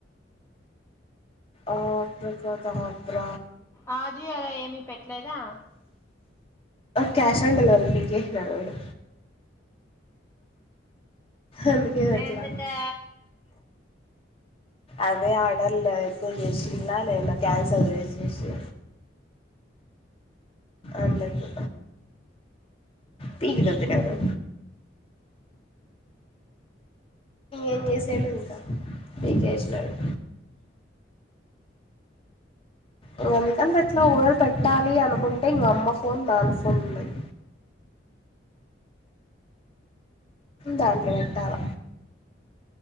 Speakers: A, on the left (about 30°); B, on the left (about 15°).
A: అబ్రక దబ్ర
B: అజియోలో ఏమి పెట్లేదా
A: క్యాష్ అన్ డెలివరి పీకేస్నాడు వాడు అందుకని పేట్లా
B: ఎందుకా
A: అదే ఆర్డర్లు అయితే చేసిందా నేను క్యాన్సల్ చేసేసి అందుకు తీన్ పెట్టినారు ఏం చేసెనే ఇంకా పీకేసాడు ఇంగా అందుకని పేట్లా ఒకవేళ పెట్టాలి అనుకుంటే ఇక అమ్మ ఫోన్ నాన్న ఫోన్ ఉన్నది దాంట్లో పెట్టాల